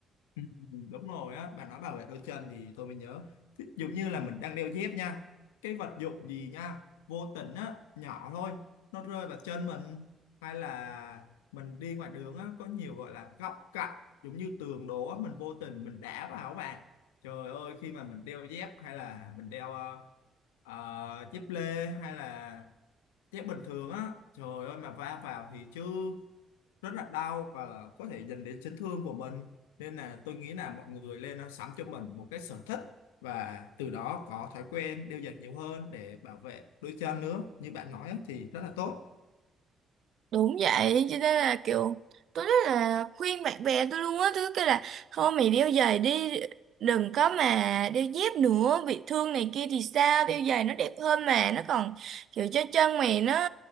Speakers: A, on the left (about 80°); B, on the right (about 60°).
A: Ừ, đúng rồi á bạn nói bảo vệ đôi chân thì tôi mới nhớ Ví dụ như là mình đang đeo dép nha cái vật dụng gì nha vô tình á nhỏ thôi nó rơi vào chân mình hay là mình đi ngoài đường á có nhiều gọi là góc cạnh giống như tường đổ á mình vô tình mình đá vào các bạn trời ơi khi mà mình đeo dép hay là mình đeo ờ, ờ, dép lê hay là dép bình thường á trời ơi mà va vào thì chứ rất là đau và có thể dẫn đến chấn thương của mình nên là tôi nghĩ là mọi người lên nó sắm cho mình một cái sở thích và từ đó có thói quen đeo giày nhiều hơn để bảo vệ đôi chân nữa như bạn nói á, thì rất là tốt
B: đúng vậy cho nên là kiểu tôi rất là khuyên bạn bè tôi luôn á thứ cái là thôi mày đeo giày đi đừng có mà đeo dép nữa bị thương này kia thì sao đeo giày nó đẹp hơn mà nó còn kiểu cho chân mày nó